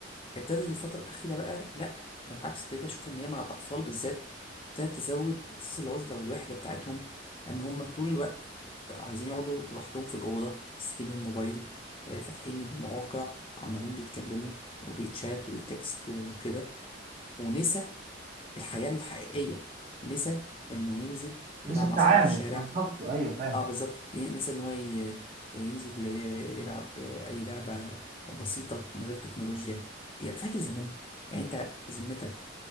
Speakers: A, on the left; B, on the right.
A: ابتدت الفترة الأخيرة بقى لأ بالعكس ابتديت أشوف إن هي مع الأطفال بالذات ابتدت تزود إحساس العزلة والوحدة بتاعتهم إن هم طول الوقت بقوا عايزين يقعدوا لوحدهم في الأوضة ماسكين الموبايل آه، فاتحين المواقع عمالين بيتكلموا وبيتشات وبيتكست وكده ونسى الحياة الحقيقية نسى إنه ينزل يلعب
B: نسى التعامل
A: مع أصحابه في الشارع
B: بالظبط ايوه فاهم
A: اه بالظبط ي- نسى ان هو ي- ينزل ي- يلعب اي لعبه بسيطه من غير تكنولوجيا يا- فاكر زمان يعني انت بذمتك